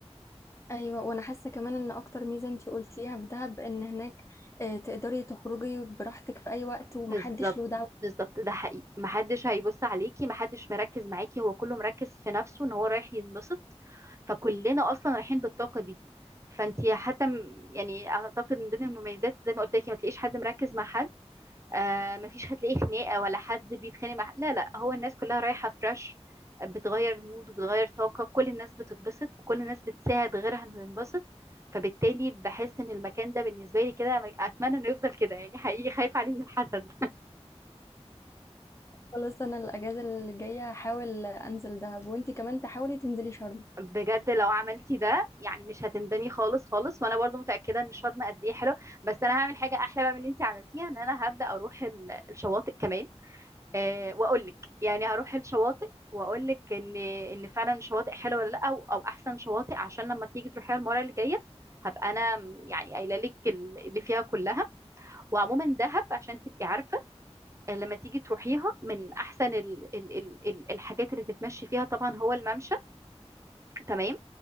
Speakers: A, on the left; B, on the right.
A: ايوه وانا حاسة كمان ان اكتر ميزة انت قلتيها في دهب ان هناك آه، تقدري تخرجي براحتك في اي وقت ومحدش
B: بالظبط
A: له دعوة
B: بالظبط ده حقيقي محدش هيبص عليكي محدش مركز معاكي هو كله مركز في نفسه ان هو رايح ينبسط فكلنا اصلا رايحين بالطاقه دي فانتي حتى م- يعني اعتقد من ضمن المميزات زي ما قلت لك ما تلاقيش حد مركز مع حد آه ما فيش هتلاقي خناقه ولا حد بيتخانق مع حد لا لا هو الناس كلها رايحه فريش بتغير مود وبتغير طاقه كل الناس بتتبسط وكل الناس بتساعد غيرها انه ينبسط فبالتالي بحس ان المكان ده بالنسبه لي كده اتمنى انه يفضل كده يعني حقيقي خايفه عليه من الحسد
A: خلاص انا الاجازة اللي جاية هحاول انزل دهب وانت كمان تحاولي تنزلي شرم
B: بجد لو عملتي ده يعني مش هتندمي خالص خالص وانا برضو متاكده ان شرم قد ايه حلو بس انا هعمل حاجه احلى بقى من اللي انت عملتيها ان انا هبدا اروح ال- الشواطئ كمان أه واقول لك يعني هروح الشواطئ واقول لك ان ان فعلا الشواطئ حلوه ولا لا او, أو احسن شواطئ عشان لما تيجي تروحيها المره اللي جايه هبقى انا م- يعني قايله لك ال- اللي فيها كلها وعموما دهب عشان تبقي عارفه آه، لما تيجي تروحيها من احسن ال ال ال ال- الحاجات اللي تتمشي فيها طبعا هو الممشى تمام